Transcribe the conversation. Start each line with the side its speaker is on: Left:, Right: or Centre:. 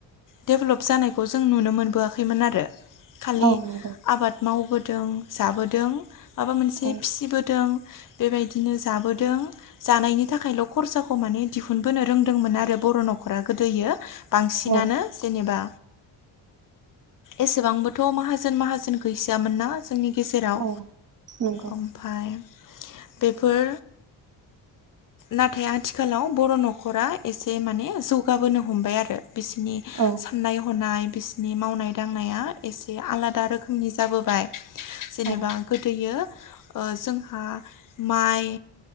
Left: दडेभेलप जानायखौ जों नुनो मोनबोआखैमोन आरो खालि
Right: औ नंगौ
Left: आबाद मावबो दों जाबोदों माबा मोनसे
Right: औ
Left: फिसिबोदों बेबायदिनो जाबोदों जानायनि थाखायल' खरसाखौ माने दिहुनबोनो रोंदोंमोन आरो बर' न'खरा गोदोयो बा -सिनानो
Right: औ
Left: जेनेबा एसेबांबोथ' माहाजोन -माहाजोन गैजायामोन ना जोंनि गेजेराव
Right: औ नंगौ
Left: ओमफ्राय बेफोर नाथाय आथिखालाव बर' न'खरा एसे माने जौगाबोनो हमबाय आरो। बिसनि
Right: औ
Left: साननाय हनाय बिसिनि मावनाय- दांनाया एसे आलादा रोखोमनि जाबोबाय। जेनेबा
Right: औ
Left: गोदोयो जोंहा माइ